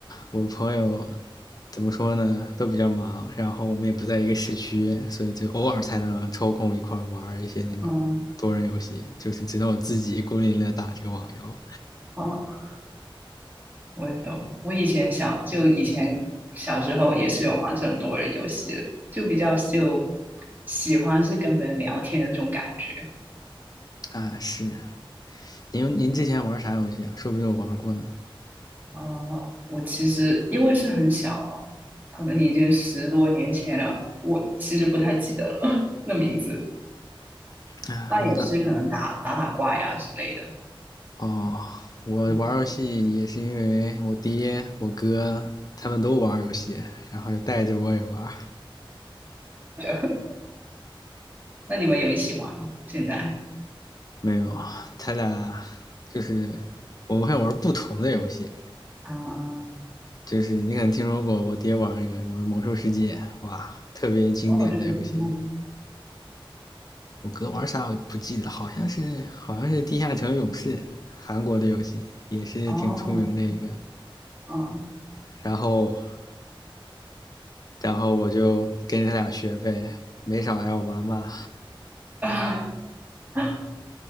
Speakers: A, on the left (about 45°); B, on the right (about 20°).
A: 我朋友怎么说呢，都比较忙，然后我们也不在一个市区，所以就偶尔才能抽空一块儿玩一些那种多人游戏，
B: 哦
A: 就是只能我自己孤零零的打这个网游
B: 哦，我也懂。我以前小就以前小时候也是有玩这种多人游戏的，就比较就喜欢是跟别人聊天的那种感觉。
A: 啊。是，您您之前玩啥游戏啊？说不定我玩过呢。
B: 啊，我其实因为是很小了，可能已经十多年前了，我其实不太记得了 <laughs> 那名字。
A: 啊，
B: 那也是可能打打打怪呀之类的。
A: 我的哦，我玩游戏也是因为我爹、
B: 嗯，
A: 我哥他们都玩游戏，然后就带着我也玩。
B: <laughs> 那你们有一起玩吗？现在？
A: 没有，他俩就是我们会玩不同的游戏，
B: 啊，
A: 就是你可能听说过我爹玩那个什么《魔兽世界》，哇，特别经典的游戏。
B: 哦，这个题目，
A: 我哥玩啥我不记得，好像是好像是《地下城勇士》，韩国的游戏也是挺出名的一个。
B: 哦，哦，
A: 然后然后我就跟他俩学呗，没少挨我妈骂。
B: 啊，<laughs>